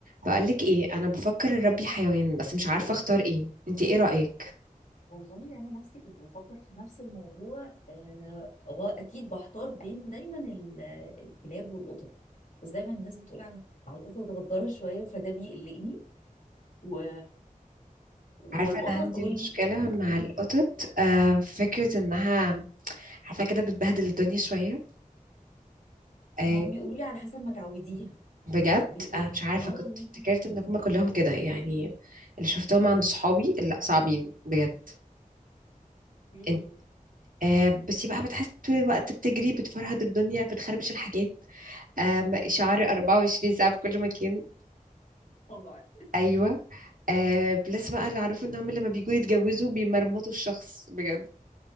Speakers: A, on the right; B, on the left.
A: بقولك ايه انا بفكر اربي حيوان بس مش عارفه اختار ايه انت ايه رايك
B: والله انا نفسي كنت بفكر في نفس الموضوع آه واكيد بحتار بين دايما ال- الكلاب والقطط بس دايما الناس بتقول على على القطط غدارة شويه فده بيقلقني و... والقطط
A: عارفه انا عندي
B: وال...
A: مشكله مع
B: قولي
A: القطط آه فكره انها عارفه كده بتبهدل الدنيا شويه آه
B: ما هم بيقولوا لي على حسب ما تعوديها
A: بجد
B: بتبقى
A: آه مش عارفه
B: اه
A: كنت
B: والله
A: افتكرت ان هما كلهم كده يعني اللي شفتهم عند صحابي لا صعبين بجد
B: إيه.
A: انت آه بس بقى بتحس طول الوقت بتجري بتفرهد الدنيا بتخربش الحاجات آه شعر 24 ساعه في كل مكان
B: طبعا
A: ايوه آه بلس بقى اللي اعرفه ان هم لما بيجوا يتجوزوا بيمرمطوا الشخص بجد